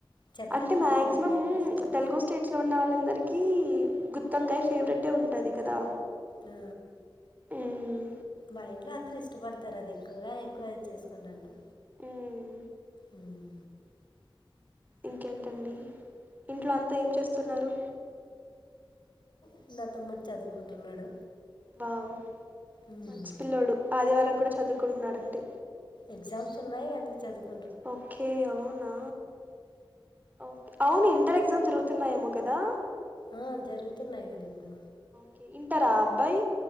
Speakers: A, on the left; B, on the right.
A: చపాతి
B: అంటే మాక్సిమం
A: గుత్తి వంకాయ అంటే ఇష్టం
B: తెలుగు స్టేట్స్ లో ఉన్న వాళ్ళన్ దరికి గుత్తొంకాయ ఫేవరెట్టే ఉంటది కదా
A: ఆ,
B: మ్మ్
A: మా ఇంట్లో అందరు ఇష్టపడతారు అది ఎక్కువగా ఎక్కువ అదే చేసుకుంటాంటం
B: మ్మ్
A: ఊమ్
B: ఇంకేంటండి ఇంట్లో అంతా ఏం చేస్తున్నారు?
A: నచిన్న తమ్ముడు చదువుకుంటున్నాడు.
B: వావ్
A: ఉమ్,
B: మంచి పిల్లోడు ఆదివారం కూడా చదువుకుంటున్నాడంటే
A: ఎగ్జామ్స్ ఉన్నాయి అని చదువు
B: ఓకే అవునా ఓక అవును ఇంటర్ ఎగ్జామ్ జరుగుతున్నాయేమో కదా
A: ఆ జరుగుతున్నాయి కదా ఇప్పుడు
B: ఓకే ఇంటారా అబ్బాయి